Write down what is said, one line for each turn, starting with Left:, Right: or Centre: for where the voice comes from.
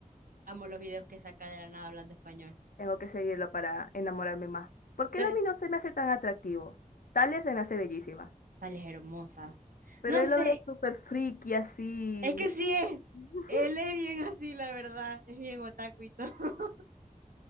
Right: Amo los videos que saca de la nada hablando español.
Left: Tengo que seguirlo para enamorarme más. Porque
Right: Eh,
Left: él a mí no se me hace tan atractivo. Talia se me hace bellísima.
Right: Tal es hermosa.
Left: Pero
Right: No
Left: él
Right: sé,
Left: lo veo súper friki así.
Right: es que sí es.
Left: <laughs>
Right: Él es bien así, la verdad. Es bien otaku y todo. <laughs>